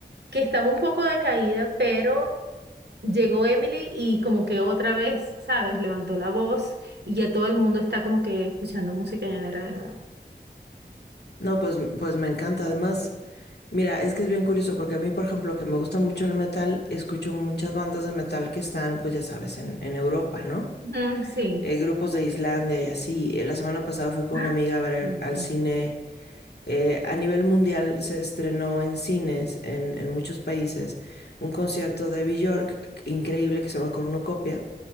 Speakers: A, on the right (about 70°); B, on the left (about 65°).
A: que estaba un poco decaída, pero llegó Emily y como que otra vez, ¿sabes? Levantó la voz y ya todo el mundo está como que escuchando música llanera de nuevo.
B: No, pues, pues me encanta. Además, mira, es que es bien curioso porque a mí, por ejemplo, que me gusta mucho el metal, escucho muchas bandas de metal que están, pues ya sabes, en, en Europa, ¿no?
A: Ujú, sí.
B: eh, grupos de Islandia y así. Eh, La semana pasada fui con
A: Ah,
B: una amiga a ver
A: cierto.
B: al cine. Eh, a nivel mundial se estrenó en cines, en, en muchos países, un concierto de Björk increíble que se llama Cornucopia.